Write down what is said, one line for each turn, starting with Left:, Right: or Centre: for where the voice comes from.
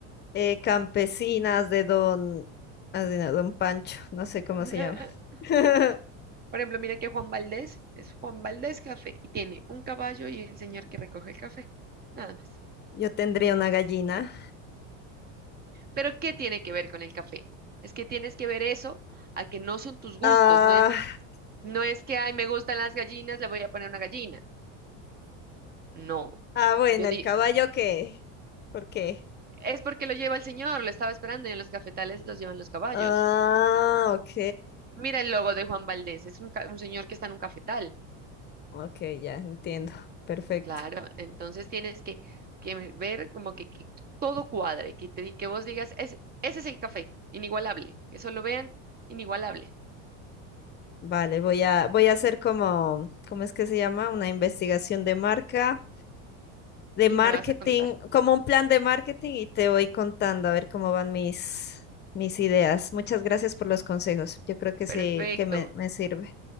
Left: eh, campesinas de don, ah, de no, don Pancho, no sé cómo
Right: <laughs>
Left: se llama. <laughs>
Right: por ejemplo, mira que Juan Valdés es Juan Valdés Café y tiene un caballo y el señor que recoge el café, nada más.
Left: Yo tendría una gallina.
Right: Pero ¿qué tiene que ver con el café? Es que tienes que ver eso a que no son tus gustos,
Left: Ah,
Right: no es No es que, ay, me gustan las gallinas, le voy a poner una gallina. No.
Left: ah, bueno,
Right: Yo di,
Left: el caballo que, ¿por qué?
Right: es porque lo lleva el señor, lo estaba esperando y en los cafetales los llevan los caballos.
Left: Ah, ok.
Right: Mira el logo de Juan Valdés, es un, ca- un señor que está en un cafetal.
Left: Ok, ya entiendo. Perfecto.
Right: Claro, entonces tienes que, que me- ver como que, que todo cuadre, que te di- que vos digas, "Es- ese es el café, inigualable, que solo vean, inigualable.
Left: Vale, voy a, voy a hacer como, ¿cómo es que se llama? Una investigación de marca. de
Right: Y
Left: marketing,
Right: me vas a contar.
Left: como un plan de marketing y te voy contando a ver cómo van mis, mis ideas. Muchas gracias por los consejos. Yo creo que sí,
Right: Perfecto,
Left: que me, me sirve.